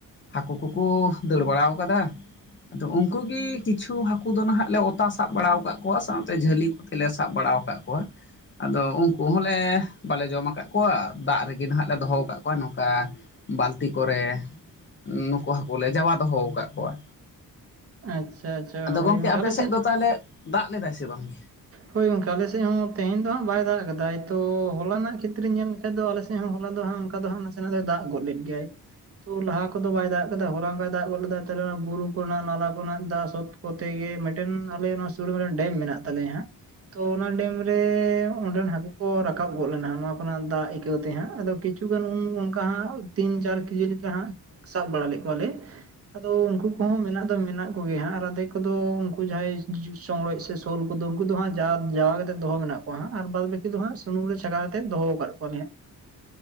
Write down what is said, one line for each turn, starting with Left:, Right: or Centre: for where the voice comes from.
Left: ᱦᱟᱹᱠᱩ ᱠᱚᱠᱚ ᱫᱟᱹᱲ ᱵᱟᱲᱟ ᱟᱠᱟᱫᱟ ᱟᱫᱚ ᱩᱱᱠᱩ ᱜᱮ ᱠᱤᱪᱷᱩ ᱦᱟᱹᱠᱩ ᱫᱚ ᱱᱟᱦᱟᱜ ᱞᱮ ᱚᱛᱟ ᱥᱟᱵ ᱵᱟᱲᱟ ᱟᱠᱟᱫ ᱠᱚᱣᱟ ᱥᱟᱶᱛᱮ ᱡᱷᱟᱹᱞᱤ ᱠᱚᱛᱮᱞᱮ ᱥᱟᱵ ᱵᱟᱲᱟ ᱠᱟᱜ-ᱠᱚᱣᱟ ᱟᱫᱚ ᱩᱱᱠᱩ ᱦᱚᱸᱞᱮ ᱵᱟᱞᱮ ᱡᱚᱢ ᱟᱠᱟᱫ ᱠᱚᱣᱟ ᱫᱟᱜ ᱨᱮᱜᱮ ᱱᱟᱦᱟᱜ ᱞᱮ ᱫᱚᱦᱚ ᱠᱟᱜ ᱱᱚᱣᱟ ᱱᱚᱝᱠᱟ ᱵᱟᱹᱞᱛᱤ ᱠᱚᱨᱮ ᱱᱩᱠᱩ ᱦᱟᱹᱠᱩ ᱞᱮ ᱡᱟᱣᱟᱫ ᱫᱚᱦᱚ ᱟᱠᱟᱫ ᱠᱚᱣᱟ
Right: ᱟᱪᱪᱷᱟ ᱟᱪᱪᱷᱟ
Left: ᱟᱫᱚ
Right: ᱦᱳᱭ
Left: ᱜᱚᱝᱠᱮ ᱟᱯᱮ
Right: ᱟᱞᱮ
Left: ᱥᱮᱫ ᱫᱚ ᱛᱟᱦᱚᱞᱮ ᱫᱟᱜ ᱞᱮᱫᱟᱭ ᱥᱮ ᱵᱟᱝ
Right: ᱦᱳᱭ ᱜᱚᱝᱠᱮ ᱟᱞᱮᱥᱮᱫ ᱦᱚᱸ ᱛᱮᱦᱮᱧ ᱫᱚ ᱦᱟᱸᱜ ᱵᱟᱭ ᱫᱟᱜ ᱠᱟᱫᱟᱭ ᱛᱚ ᱦᱚᱞᱟ ᱨᱮᱱᱟᱜ ᱠᱷᱮᱛᱨᱮ ᱧᱮᱞ ᱞᱮᱠᱷᱟᱱᱡ ᱫᱚ ᱟᱞᱮᱥᱮᱫ ᱦᱚᱸ ᱦᱚᱞᱟ ᱫᱚ ᱦᱟᱜ ᱚᱱᱠᱟ ᱫᱚ ᱦᱟᱜ ᱱᱟᱥᱮ ᱫᱚᱭ ᱫᱟᱜ ᱜᱚᱫ ᱞᱮᱫ ᱜᱮᱭᱟᱭ ᱛᱚ ᱞᱟᱦᱟ ᱠᱚᱫᱚ ᱵᱟᱭ ᱫᱟᱜ ᱠᱮᱫᱫᱟ ᱦᱚᱞᱚᱝ ᱵᱟᱭ ᱫᱟᱜ ᱜᱚᱫ ᱞᱮᱫᱟ ᱵᱩᱨᱩ ᱠᱚᱨᱮᱱᱟᱜ ᱱᱟᱞᱟ ᱠᱚᱨᱮ ᱫᱟᱜ ᱥᱚᱛ ᱠᱚᱛᱮ ᱜᱮ ᱢᱤᱫᱴᱮᱱ ᱟᱞᱮ ᱱᱚᱣᱟ ᱥᱩᱨ ᱢᱤᱫᱮᱱ ᱰᱮᱢ ᱢᱮᱱᱟᱜ ᱛᱟᱞᱮᱭᱟ ᱦᱟᱸᱜ ᱛᱚ ᱚᱱᱟ ᱰᱮᱢ ᱨᱮ ᱚᱸᱰᱮᱱ ᱦᱟᱹᱠᱩ ᱠᱚ ᱨᱟᱠᱟᱵ ᱜᱚᱫ ᱞᱮᱱᱟ ᱱᱚᱣᱟ ᱠᱚᱨᱮᱱᱟᱜ ᱫᱟᱜ ᱟᱹᱭᱠᱟᱹᱣ ᱛᱮ ᱦᱟᱸᱜ ᱟᱫᱚ ᱠᱤᱪ ᱠᱤᱪᱷᱩ ᱜᱟᱱ ᱩᱱ ᱚᱱᱠᱟ ᱦᱟᱜ ᱛᱤᱱ ᱪᱟᱨ ᱠᱮᱡᱤ ᱞᱮᱠᱟ ᱦᱟᱸᱜ ᱥᱟᱵ ᱵᱟᱲᱟ ᱞᱮᱫ ᱠᱚᱣᱟᱞᱮ ᱟᱫᱚ ᱩᱱᱠᱩ ᱠᱚᱦᱚᱸ ᱢᱮᱱᱟᱜ ᱫᱚ ᱢᱮᱱᱟᱜ ᱠᱚᱜᱮᱭᱟ ᱦᱟᱸᱜ ᱟᱫᱮ ᱠᱚᱫᱚ ᱩᱱᱠᱩ ᱡᱟᱦᱟᱸᱭ ᱪᱚᱝᱨᱚᱡ ᱥᱮ ᱥᱳᱞ ᱠᱚᱫᱚ ᱩᱱᱠᱩ ᱫᱚ ᱦᱟᱸᱜ ᱡᱟᱣᱟ ᱠᱟᱛᱮᱫ ᱫᱚᱦᱚ ᱢᱮᱱᱟᱜ ᱠᱚᱣᱟᱸ ᱟᱨ ᱵᱟᱫ ᱵᱟᱹᱠᱤ ᱫᱚ ᱦᱟᱸᱜ ᱥᱩᱱᱩᱢ ᱨᱮ ᱪᱷᱟᱠᱟᱣ ᱠᱟᱛᱮ ᱫᱚᱦᱚ ᱟᱠᱟᱫ ᱠᱚᱣᱟᱞᱮ ᱦᱟᱸᱜ